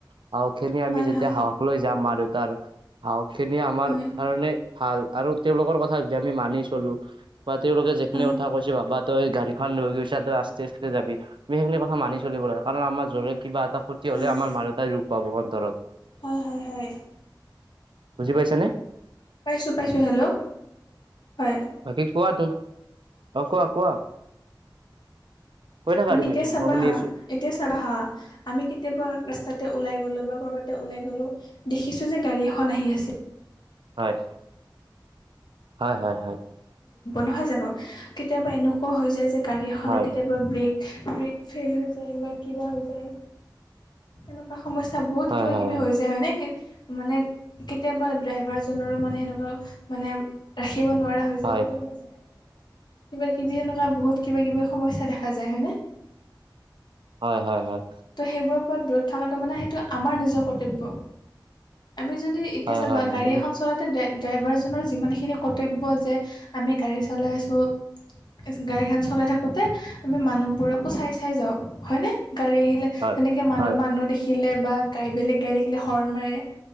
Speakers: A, on the right (about 80°); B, on the left (about 65°).
A: সাহসখিনি আমি
B: হয়
A: যেতিয়া
B: হয়
A: সাহস লৈ যাম মা-দেউতাৰ, সাহসখিনি আমাৰ
B: হয়
A: কাৰণে ভাল। আৰু তেওঁলোকৰ কথা যদি আমি মানি চলো, বা তেওঁলোকে যিখিনি
B: হয়
A: কথা কৈছে ভাবা তই গাড়ীখন লৈ গৈছা, তই আস্তে আস্ত যাবি। আমি সেইখিনি কথা মানি চলিব চলিব, কাৰণ আমাৰ জুৰে কিবা এটা ক্ষতি
B: হয়
A: হ'লে আমাৰ মা-দেতাই দুখ পাব অন্তৰত।
B: হয় হয় হয়
A: বুজি পাইছা নে?
B: পাইছোঁ পাইছোঁ, হেল্ল'। হয়।
A: বাকি কোৱা তুম অ' কোৱা কোৱা। কৈ থাকা
B: মানে
A: তুমি।
B: এতিয়া চাবা
A: মই শুনি
B: হা
A: আছো।
B: এতিয়া চাবা হা! আমি কেতিয়াবা ৰাস্তাতে ওলাই গ'লো বা কৰ'বাতে ওলাই গ'লো, দেখিছো যে গাড়ী এখন আহি আছে
A: হয়, হয় হয় হয়।
B: নহয় জানো কেতিয়াবা এনেকুৱা হৈ যায় যে, গাড়ী
A: হয়
B: এখনৰ কেতিয়াবা ব্ৰেক ব্ৰেক ফেইল হৈ যায় বা কিবা হৈ যায়। হেনকে সমস্যা বহুত
A: হয়
B: কিবাকিবি
A: হয়
B: হৈ যায় হয় নে? কি মানে কেতিয়াবা ড্ৰাইভাৰজনৰো মানে এনেকুৱা মানে শিকিব নোৱাৰা হৈ যায়
A: হয়
B: কিবা বুজিছে। কিবাকিবি এনেকুৱা বহুত কিবাকিবি সমস্যা দেখা যায় হয় নে?
A: হয় হয় হয়।
B: ত' সেইবোৰৰ পৰা দূৰত থকাটো মানে সেইটো আমাৰ নিজৰ কৰ্তব্য। আমি যদি এতিয়া
A: হয়
B: চাবা
A: হয়
B: গাড়ী
A: তুমি
B: এখন চলাত ড্ৰাইভাৰজনৰ যিমানখিনি কৰ্তব্য যে, আমি গাড়ী চলাই আছোঁ! গাড়ী এখন চলাই থাকোঁতে আমি মানুহবোৰকো চাই চাই যাওঁ। হয়নে! গাড়ী আহি
A: হয়
B: যেনেকে মানুহ-মানুহ
A: হয়
B: দেখিলে বা গাড়ী বেলেগ গাড়ী দেখিলে হৰ্ণ মাৰে।